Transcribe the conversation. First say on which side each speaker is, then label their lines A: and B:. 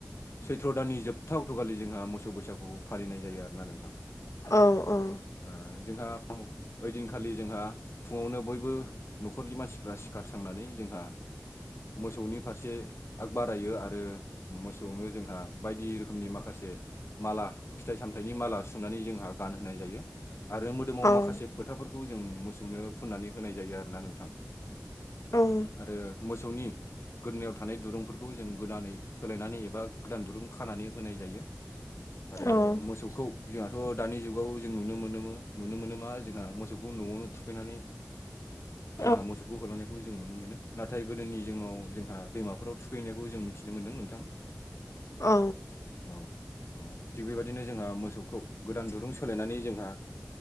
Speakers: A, on the left; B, on the left.
A: सैथ्र' दाननि जोबथा अक्ट'खालि जोंहा मोसौ बैसागुखौ फालिनाय जायो आरोना नोंथां।
B: औ औ।
A: ओ जोंहा ओइदिनखालि जोंहा फुङावनो बयबो न'खरनि मानसिफ्रा सिखारसांनानै जोंहा मोसौनि फारसे आग बारायो आरो मोसौनो जोंहा बायदि रोखोमनि माखासे माला फिथाइ सामथाइनि माला सुनानै जोंहा गानहोनाय जायो आरो मोदोमाव
B: औ
A: माखासे फोथाफोरखौ जों मोसौनो फुननानै होनाय जायो आरोना नोंथां‌।
B: औ
A: आरो मोसौनि गोदोनायाव थानाय दुरुंफोरखौ जों गोदानै सोलायनानै एबा गोदान दुरुं खानानै होनाय जायो।
B: औ
A: आरो मोसौ खौ जोंहाथ' दानि जुगाव जों नुनो मोनोमो नुनो मोन मा जोंहा मोसौखौ न'आवनो थुखैनानै
B: औ
A: जोंहा मोसौखौ होलांनायखौ जों नुनो मोनो नाथाय गोदोनि जिङाव जोंहा दैमाफोराव थुखैनायखौ जों मिथिनो मोन्दों नोंथां।
B: औ
A: औ औ थिग बेबादिनो जोंहा मोसौखौ गोदान दुरुं सोलायनानै जोंहा